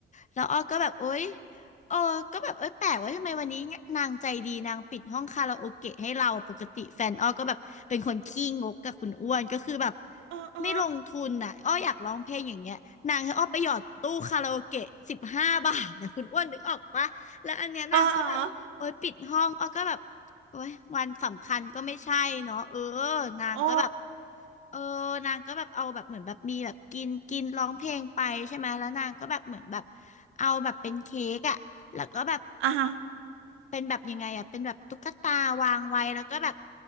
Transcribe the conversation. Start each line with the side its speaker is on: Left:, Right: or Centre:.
Left: แล้วอ้อก็แบบโอ้ยเออก็แบบเอ้ยแปลกว่าทำไมวันนี้นางใจดีนางปิดห้องคาราโอเกะให้เราปกติแฟนอ้อก็แบบเป็นคนขี้งกกับคุณอ้วนก็คือแบบ
Right: เออเออ
Left: ไม่ลงทุนอ่ะอ้ออยากร้องเพลงอย่างเงี้ยนางให้อ้อไปหยอดตู้คาราโอเกะสิบห้าบาทนะคุณอ้วนนึกออกปะแล้วอันเนี้ยนางก็แบบ
Right: เออ
Left: โอ๊ยปิดห้องอ้อก็แบบโอ๊ยวันสำคัญก็ไม่ใช่เนาะเออนางก็แบบ
Right: โอ้
Left: เออนางก็แบบเอาแบบเหมือนแบบมีแบบกินกินร้องเพลงไปใช่ไหมแล้วนางก็แบบเหมือนแบบเอาแบบเป็นเค้กอะแล้วก็แบบ
Right: อ่า
Left: เป็นแบบยังไงอะเป็นแบบตุ๊กตาวางไว้แล้วก็แบบ